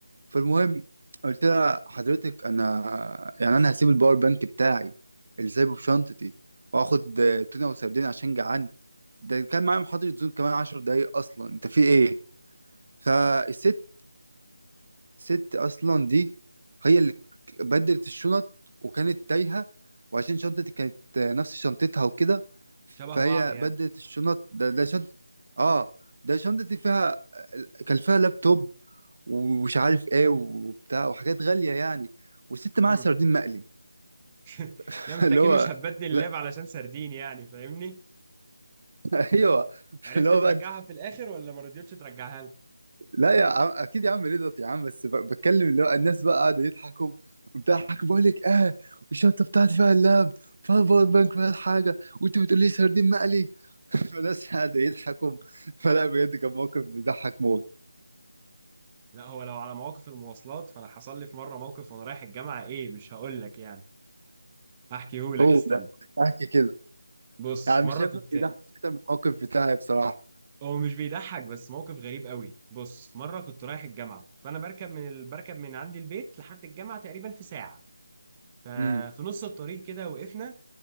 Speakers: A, on the right (about 55°); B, on the right (about 20°).
A: فالمهم قلت لها حضرتك انا يعني انا هسيب الباور بانك بتاعي اللي سايبه في شنطتي واخد آه، تونه وسردين عشان جعان ده كان معايا محاضرة زوم كمان عشر دقايق اصلا انت في ايه فالست الست اصلا دي هي اللي ك- بدلت الشنط وكانت تايهه وعشان شنطتي كانت آه، نفس شنطتها وكده
B: شبه
A: فهي
B: بعض يعني
A: بدلت الشنط ده ده شنط اه ده شنطتي فيها كان فيها لابتوب ومش عارف ايه وبتاع وحاجات غاليه يعني والست
B: امم
A: معاها سردين مقلي
B: <laughs>
A: <laughs>
B: لا انت
A: اللي
B: اكيد
A: هو
B: مش هتبدل اللاب
A: لا،
B: علشان سردين يعني فاهمني؟
A: ايوه
B: عرفت
A: اللي هو
B: ترجعها
A: بقى
B: في الاخر ولا ما رضيتش ترجعها لي؟
A: لا يا عم اكيد يا عم رضا يا عم بس ب- بتكلم اللي هو الناس بقى قاعده يضحكوا بتضحك بقول لك اه الشنطه بتاعتي فيها اللاب فيها الباور بانك فيها الحاجه وانت بتقول لي سردين مقلي <laughs> فالناس قاعده يضحكوا فلا بجد كان موقف بيضحك موت
B: لا هو لو على مواقف المواصلات فانا حصل لي في مره موقف وانا رايح الجامعه ايه مش هقول لك يعني هحكيه لك
A: هو
B: استنى
A: ده احكي كده
B: بص
A: يعني
B: مره
A: مش هيبقى
B: كنت
A: بيضحك اكتر من الموقف بتاعي بصراحه
B: هو مش بيضحك بس موقف غريب قوي بص مره كنت رايح الجامعه فانا بركب من ال... بركب من عندي البيت لحد الجامعه تقريبا في ساعه ففي
A: امم
B: نص الطريق كده وقفنا